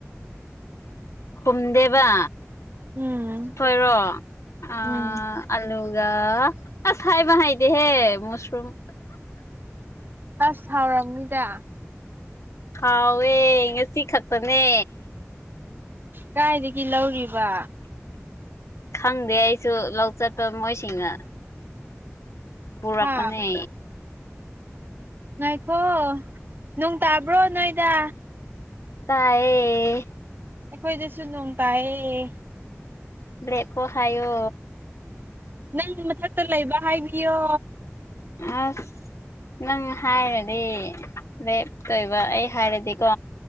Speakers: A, on the left; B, on the right.
A: ꯈꯨꯝꯗꯦꯕ
B: ꯎꯝ
A: ꯈꯣꯏꯔꯣ ꯑ
B: ꯎꯝ
A: ꯑꯜꯂꯨꯒ ꯑꯁ ꯍꯥꯏꯕ ꯍꯩꯇꯦꯍꯦ ꯃꯁꯔꯨꯝ
B: ꯑꯁ ꯍꯥꯎꯔꯝꯅꯤꯗ
A: ꯍꯥꯎꯋꯦ ꯉꯁꯤ ꯈꯛꯇꯅꯦ
B: ꯀꯥꯏꯗꯒꯤ ꯂꯧꯔꯤꯕ
A: ꯈꯪꯗꯦ ꯑꯩꯁꯨ ꯂꯧ ꯆꯠꯄ ꯃꯣꯏꯁꯤꯡꯅ ꯄꯨꯔꯛꯄꯅꯦ
B: ꯍꯥꯥ ꯉꯥꯏꯈꯣ ꯅꯣꯡ ꯇꯥꯕ꯭ꯔꯣ ꯅꯣꯏꯗ
A: ꯇꯥꯏꯌꯦ
B: ꯑꯩꯈꯣꯏꯗꯁꯨ ꯅꯣꯡ ꯇꯥꯏꯌꯦ
A: ꯂꯦꯞꯈꯣ ꯍꯥꯏꯌꯣ
B: ꯅꯪ ꯃꯊꯛꯇ ꯂꯩꯕ ꯍꯥꯏꯕꯤꯌꯣ
A: ꯑꯁ ꯅꯪ ꯍꯥꯏꯔꯗꯤ ꯂꯦꯞꯇꯣꯏꯕ ꯑꯩ ꯍꯥꯏꯔꯗꯤꯀꯣ